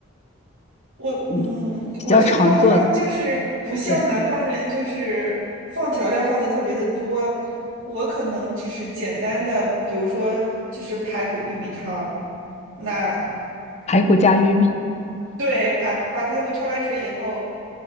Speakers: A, on the right; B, on the left.
A: 我嗯，
B: 你比较常做的，
A: 我这个煲汤就是不像南方人，
B: 对，
A: 就是放调料放的特别的多。我可能只是简单的，比如说就是排骨玉米汤。那
B: 排骨加玉米，
A: 对，把把排骨焯完水以后，